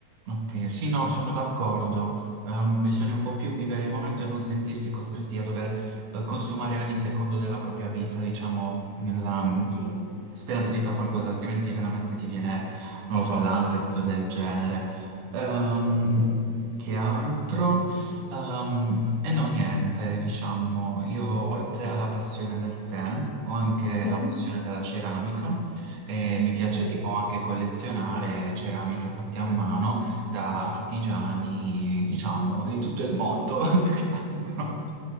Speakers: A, on the right; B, on the left.
A: Ok, sì, no, sono d'accordo. Ehm, bisogna un po' più vivere il momento e non sentirsi costretti a dover eh, consumare ogni secondo della propria vita, diciamo, nella mm,
B: Sì,
A: speranza di fare qualcosa, altrimenti veramente ti viene, non lo so, l'ansia, cosa del genere. Ehm,
B: eh sì.
A: che altro? Ehm, e no, niente, diciamo, io oltre alla passione del tè, ho anche
B: Mhm.
A: la passione della ceramica e mi piace
B: Bello,
A: tipo anche collezionare ceramiche fatte a mano da artigiani, diciamo, di tutto il mondo, <laughs> più che altro.